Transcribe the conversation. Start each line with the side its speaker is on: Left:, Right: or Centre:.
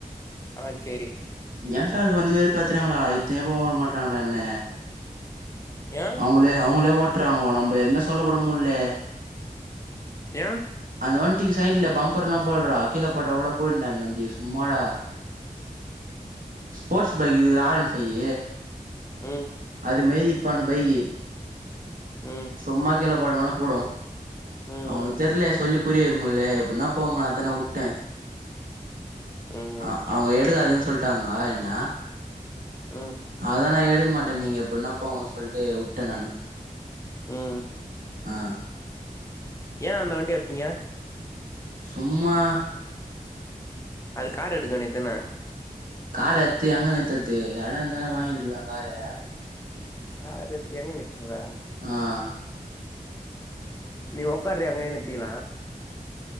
Left: ஆ செரி
Right: என்டா இருக்கு வந்து வேறு பாத்துறாங்களடா எத்துனே போக வுட மாட்றாங்கடா என்ன
Left: ஏ
Right: அவுங்களே அவுங்களே ஓட்றாங்க நம்ம எதுவுமே சொல்ல கூட முட்ல
Left: ஏ
Right: அந்த வண்டிக்கு சைடுல பம்பர்லா போடுறா கீழே பட்டா கூட போயிடோடா அந்த வண்டி சும்மாடா ஸ்போர்ட்ஸு பைக்குதுல ஆர் ஒண் ஃபையி
Left: ம்
Right: அது மேரி இப்ப அந்த பைகு
Left: ம்
Right: சும்மா கீழ போடுவோனா போடோ
Left: ம் ம்
Right: அவங்குளுக்கு தெர்லே சொல்லி புரிய வெய்க்க முட்ல எப்டீன்னா போங்க அதா நா வுட்டே
Left: ம்
Right: ஆ அவுங்க எடுக்காதன்னு சொல்ட்டாங்க என்ன
Left: ம்
Right: அதா நா எடுக்க மாட்டே நீங்க எப்டீன்னா போங்கன்னு சொல்ட்டு வுட்டே நானு
Left: உம்
Right: ஆ
Left: ஏ அந்த வண்டிய எத்தீங்க
Right: சும்மா
Left: அது கார் எடுக்க வேண்டிய தானே
Right: காரு எத்து எங்க நித்தர்து எடோ இர்ந்துனா வாங்கிருக்கலா காரு
Left: காரு எத்து எங்க நித்துறதா
Right: ஆஹ்
Left: நீ ஒக்காரயே அங்கயே நித்திக்கலா